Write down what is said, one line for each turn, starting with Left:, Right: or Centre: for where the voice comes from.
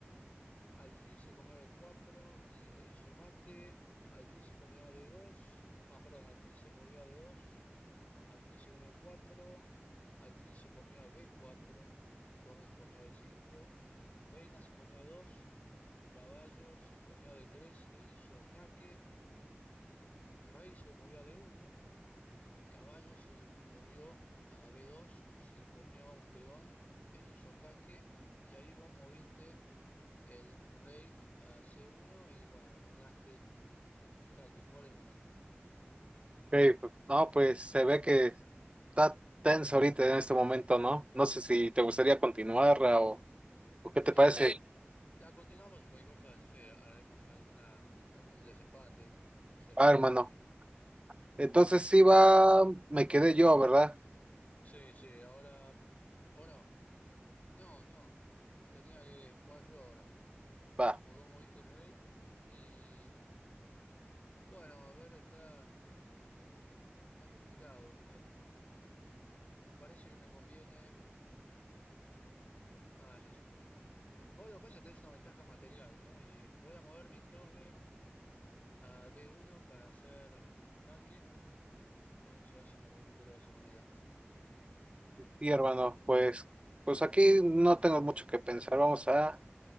Left: alfil se comió a B4 y, e hizo mate, alfil se comió a D2, no, perdón, alfil se movió a D2, alfil se comió a 4, alfil se comió a B4, torre se comió a D5, reina se comió a D2, caballo se comió a D3 e hizo jaque, rey se movió a D1, Caballo se movió a B2, se comió a un peón e hizo jaque. Y ahí vos moviste el rey a C1 y bueno, arruinaste mi jaque por el momento.
Right: Ok, pues, No, pues se ve que está tenso ahorita en este momento, ¿no? No sé si te gustaría continuar Ra, o, o qué
Left: Sí,
Right: te parece.
Left: la,
Right: Sí.
Left: la continuamos, y cualquier cosa, no sé, haremos alguna, algún desempate, no sé.
Right: Va, hermano. Entonces sí va, me quedé yo, ¿verdad?
Left: Sí, sí, ahora... O no, no, no. Tenía que jugar yo ahora. Pues
Right: Va.
Left: vos moviste el rey y... mm, Bueno, a ver, está, está complicado. Me parece que me conviene. Ah, ya sé. Eh, Vos lo que pasa es que tenés una ventaja material, ¿no? Y voy a mover mi torre a D1 para hacer jaque. Y vamos a ver si me recupero de esa manera.
Right: Sí, hermano, pues, pues aquí no tengo mucho que pensar. Vamos a